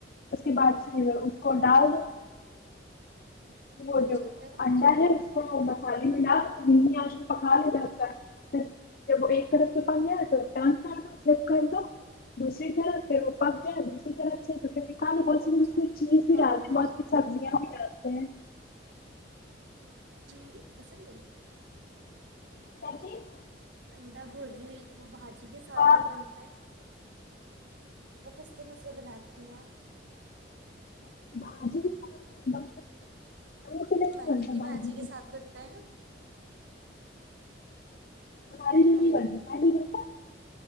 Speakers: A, on the left (about 50°); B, on the right (about 75°).
A: اس کے بعد پ اس کو ڈال دو <unintelligible> <unintelligible> <unintelligible>
B: اچھا پھر ہوں،
A: جب وہ ایک طرف سے پک جائےا تو ٹرن کر دو فلپ کر دو دوسری طرف پھر وہ پک جائے دوسری طرف سے کا بہ
B: اچھا
A: اس میں چیز بھی
B: ہاں
A: ڈالتے
B: ہاں
A: ہیں بہت کی سبزیاں بھی ڈالتے ہیں
B: جی پسند ہے
A: سچیز
B: انڈا بجی ایک بج جی کے ساتھ
A: اور
B: جو بنتا ہے وہ کس طرح سے بناتی ہیں
A: <unintelligible> ادھر نہیں
B: مکھی
A: بنتا
B: کی بھجی
A: بھاجی
B: کے ساتھ بنتا ہے نا
A: ہمارے ادھر
B: ہ
A: نہیں بنتا ہمارے ادھر بنتا ہے،